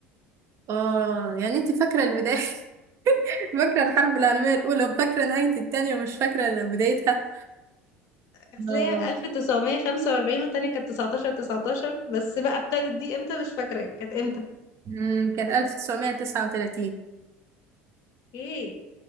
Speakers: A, on the right; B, on the left.
A: اه يعني انت فاكرة البداية <laughs> فاكرة الحرب العالمية الاولى وفاكرة نهاية التانية ومش فاكرة بدايتها
B: اصل
A: اه
B: هي 1945 والتانية كانت 19 19 بس بقى ابتدت دي امتى مش فاكرة كانت امتى
A: امم كانت 1939
B: ايه